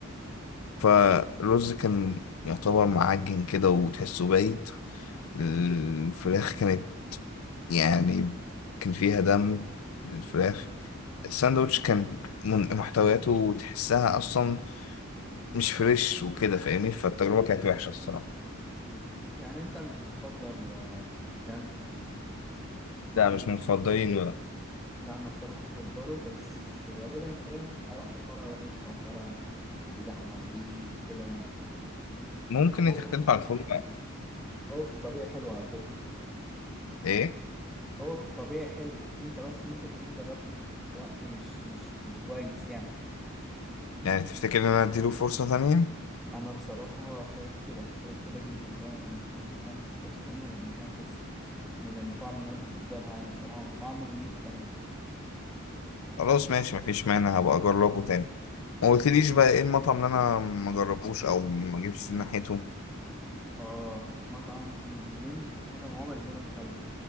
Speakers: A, on the left; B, in the centre.
A: فالرز كان يعتبر معجن كده وتحسه بايت الفراخ كانت يعني كان فيها دم الفراخ الساندوتش كان من- محتوياته تحسها أصلا مش فريش وكده فاهمني فالتجربة كانت وحشة الصراحة
B: يعني انت مش بتفضل آه، كانساس يعني
A: لا مش من مفضلين ولا
B: لا انا بصراحه بفضله بس غالبا كده انت رحت في فرع وحش او فرع في زحمه في عيد كده يعني
A: ممكن
B: هو
A: تختلف
B: في
A: على الفول بقى.
B: هو في الطبيعي حلو على فكرة
A: ايه
B: هو في الطبيعي حلو انت بس ممكن تكون جربته في وقت مش مش مش كويس يعني
A: يعني تفتكر ان انا اديله فرصة تانية
B: انا بصراحة شايف كده شايف كده جدا كمان انك تدي كانساس فرصة تانية لان كانساس من المطاعم اللي انا بفضلها يعني بصراحة ومطاعم نظيفة كمان
A: خلاص ماشي مفيش مانع هبقى اجربه تاني ما قلتليش بقى ايه المطعم اللي انا ما جربوش او ما جبتش ناحيته
B: اه مطعم انا ندمت ندم عمري ان انا دخلته